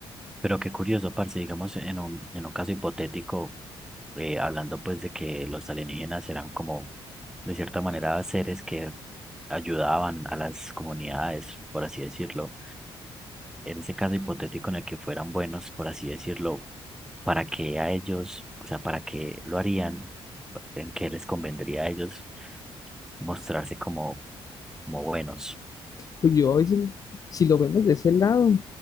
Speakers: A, in the centre; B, on the left.
A: Pero qué curioso, parce, digamos, en un, en un caso hipotético, eh, hablando pues de que los alienígenas eran como, de cierta manera, seres que ayudaban a las comunidades, por así decirlo. En ese caso hipotético en el que fueran buenos, por así decirlo, ¿para qué a ellos, o sea, para qué lo harían? ¿En qué les convendría a ellos mostrarse como, como buenos?
B: Pues yo a veces, si lo vemos de ese lado,